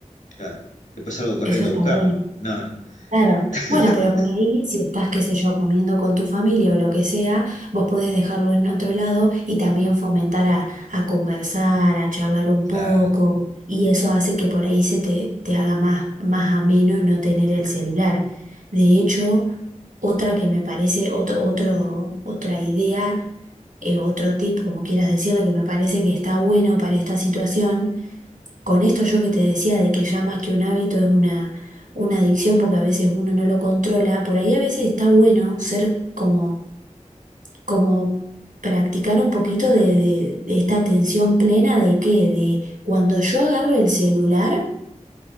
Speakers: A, on the left; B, on the right.
A: claro. Después salgo corriendo
B: Eso está
A: a buscarlo.
B: bueno.
A: No, no.
B: Claro.
A: <laughs>
B: Bueno, pero por ahí, si estás, qué sé yo, comiendo con tu familia o lo que sea, vos podés dejarlo en otro lado y también fomentar a, a conversar, a charlar un
A: Claro,
B: poco. Y eso hace que por ahí se te, te haga más, más ameno no tener el celular. De hecho, otra que me parece, otro, otro, otra idea, eh, otro tip, como quieras decirle, que me parece que está bueno para esta situación con esto yo que te decía de que ya más que un hábito es una, una adicción porque a veces uno no lo controla, por ahí a veces está bueno ser como, como practicar un poquito de, de- de esta atención plena de que, de cuando yo agarro el celular,